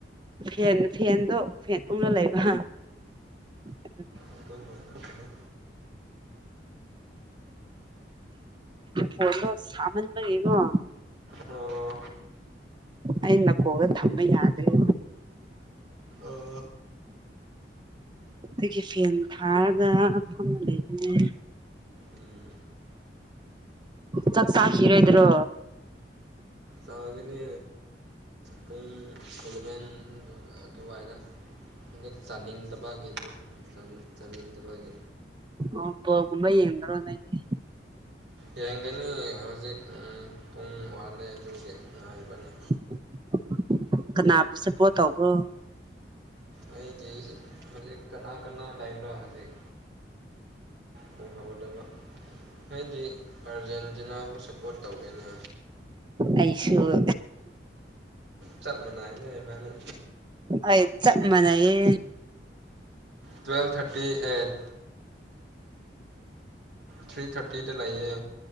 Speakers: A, on the right; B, on the right.
A: ꯐꯦꯟ ꯐꯦꯟꯗꯣ ꯐꯦꯟ ꯎꯅ ꯂꯩꯕ ꯑꯗꯨꯒꯤ
B: ꯑꯗꯨꯝ ꯑꯃꯅꯤꯅꯤ
A: ꯐꯗꯣ ꯁꯃꯥꯟꯕ ꯌꯦꯡꯉꯣ
B: ꯑꯣ
A: ꯑꯩ ꯃꯀꯣꯡꯗ ꯊꯝꯕ ꯌꯥꯗ꯭꯭ꯔꯔꯤ
B: ꯑꯣ
A: ꯑꯩꯒꯤ ꯐꯦꯟ ꯊꯥꯔꯒ ꯃ ꯑꯃ ꯂꯩꯕꯅꯦ
B: ꯎꯝ
A: ꯆꯥꯛ ꯆꯥꯈꯤꯔ‌ꯣꯏꯗ꯭ꯔꯣ
B: ꯆꯥꯒꯅꯤ ꯄꯨꯡ ꯑꯦꯂꯚꯦꯟ ꯑꯗꯨꯋꯥꯏꯗ ꯍꯟꯗꯛ ꯆꯥꯅꯤꯡꯗꯕꯒꯤꯗꯣ ꯆꯥ ꯆꯥꯅꯤꯡꯗꯕꯒꯤ
A: ꯑ ꯕ‌ꯣꯜꯒꯨꯝꯕ ꯌꯦꯡꯗꯔ‌ꯣ ꯅ‌ꯣꯏꯗꯤ
B: ꯌꯦꯡꯒꯅꯤ ꯍꯧꯖꯤꯛ ꯄꯨꯡ ꯎꯝ ꯋꯥꯠꯂꯦ ꯑꯗꯨꯒꯤ ꯉꯥꯏꯕꯅꯤ
A: <inaudible> ꯀꯅꯥꯕꯨꯁꯨꯦ ꯄꯣꯠꯇꯥꯎꯕ
B: ꯑꯩꯁ ꯍꯧꯖꯤꯛ ꯀꯅꯥ ꯀꯅꯥ ꯂꯩꯕ꯭ꯔꯥ ꯍꯧꯖꯤꯛ ꯃꯍꯍꯒꯗꯕ ꯑꯩꯗꯤ ꯑꯥꯔꯖꯦꯟꯇꯤꯅꯥꯕꯨ ꯁꯞꯄꯣꯔꯠ ꯇꯧꯋꯦꯅ
A: ꯑꯩꯩꯁꯨꯣ
B: ꯆꯥꯞꯅ ꯍꯥꯏꯅꯦ ꯃꯥꯅ
A: ꯍ ꯆꯞ ꯃꯅꯥꯌꯦ
B: ꯇ꯭ꯨꯋꯦꯜ ꯊꯥꯔꯇꯤ ꯑꯩꯠ ꯊ꯭ꯔꯤ ꯊꯥꯔꯇꯤꯗ ꯂꯩꯌꯦ